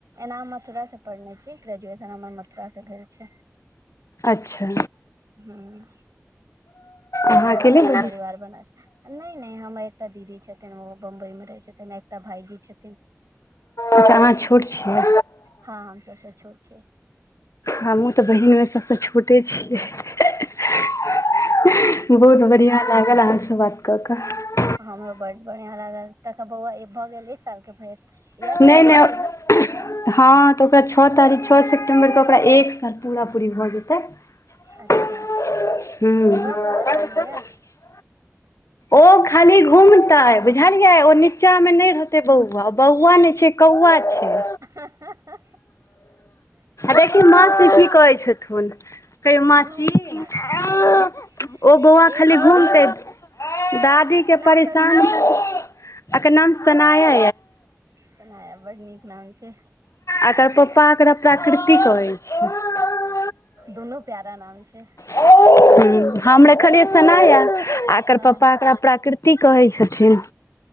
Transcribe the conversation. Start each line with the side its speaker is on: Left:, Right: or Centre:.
Right: एना हम मथुरा से पढ़ने छी ग्रेजुएशन हमर मथुरा से भेल छै
Left: अच्छा
Right: हूं
Left: अहाँके
Right: एना सबटा
Left: नहि बहिन
Right: परिवार बना छै नहि नहि हमर एकटा दीदी छथिन ओ बम्बई में रहैत छथिन आ एकटा भाईजी छथिन
Left: अच्छा अहाँ छोट छियै
Right: हँ हम सबसँ छोट छियै
Left: हमहूँ तऽ बहिनमे सभसँ छोटे छियै अहं हं ह्ह बहुत बढ़ियां लागल अहाँसँ बात कऽ कऽ
Right: हमरो बड बढ़ियां लागल तखन बौआ भऽ गेल एक साल के भेल इएह सितम्बर
Left: नहि नहि
Right: के ने
Left: हँ तऽ ओकरा छः तारीख छः सेप्टेंबर के ओकरा एक पूरा पूरी भऽ जेतै ह्म
Right: अच्छा वएह बौआ कानै या
Left: ओ खाली घूमतै बुझलियै ओ नीचा मे नहि रहते बौआ बौआ ने छै कौआ छै
Right: अ ह्ह हं
Left: देखेकिन माँ से की कहै छथुन कहियौ मासी
Right: घूम
Left: <unintelligible>
Right: घूम
Left: ओ बौआ
Right: ए
Left: खाली
Right: बाबू
Left: घुमतै द दादी
Right: की
Left: के
Right: नाम
Left: परेशान
Right: रखलहुँ
Left: एकर नाम सनाया
Right: सनाया बड़ नीक नाम छै
Left: एकर पप्पा एकरा प्रकृति कहैत छै
Right: दुनू प्यारा नाम छै
Left: ह्म हम रखलियै शनाया आ एकर
Right: हँ
Left: पापा एकरा प्राकृति की कहै छथिन